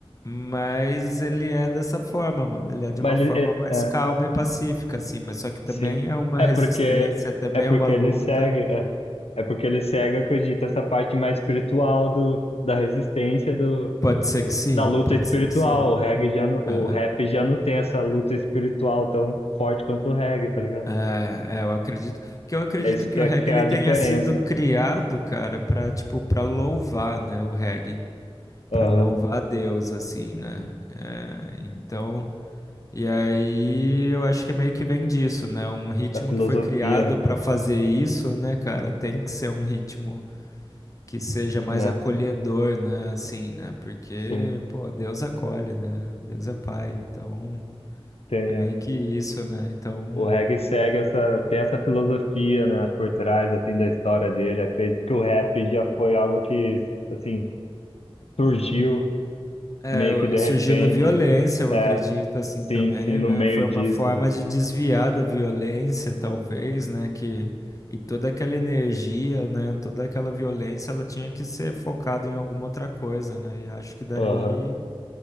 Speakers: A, on the left; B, on the left.
A: Mas ele é dessa forma, mano. Ele é de
B: Mas
A: uma forma
B: ele, é,
A: mais
B: é,
A: calma e pacífica, assim. Mas só que também
B: sim.
A: é uma
B: É
A: resistência,
B: porque
A: também
B: é porque
A: é uma luta.
B: ele segue, é, é porque ele segue, eu acredito, essa parte mais espiritual do, da resistência do,
A: Pode ser que sim,
B: da luta
A: pode
B: espiritual.
A: ser que sim.
B: O reggae já não- o
A: É.
B: rap já não tem essa luta espiritual tão forte quanto o reggae, tá ligado?
A: É, é, eu acredito que eu acredito
B: É isso
A: que
B: que
A: o
B: é,
A: reggae
B: que é
A: ele
B: a
A: tenha
B: diferença,
A: sido criado, cara, pra, tipo para louvar, né, o reggae,
B: aham,
A: Pra louvar a Deus assim, né? É, então, e aí eu acho que é meio que vem disso, né? Um ritmo
B: da filosofia,
A: que foi criado
B: né?
A: pra fazer isso, né, cara, tem que ser um ritmo que seja mais
B: Né?
A: acolhedor, né, assim, né? Porque,
B: Sim,
A: pô, Deus acolhe, né? Deus é pai, então
B: tem,
A: é meio que isso, né? Então
B: o reggae segue essa, tem essa filosofia, né, por trás, assim, da história dele. Acredito que o rap já foi algo que, assim, surgiu
A: É,
B: meio
A: o-
B: que de
A: surgiu
B: repente,
A: da violência, eu
B: é,
A: acredito, assim
B: sim,
A: também,
B: sim, no
A: né?
B: meio
A: Foi
B: disso,
A: uma forma
B: né?
A: de desviar da violência, talvez, né? Que, e toda aquela energia, né? Toda aquela violência, ela tinha que ser focada em alguma outra coisa, né? E acho que daí
B: Aham.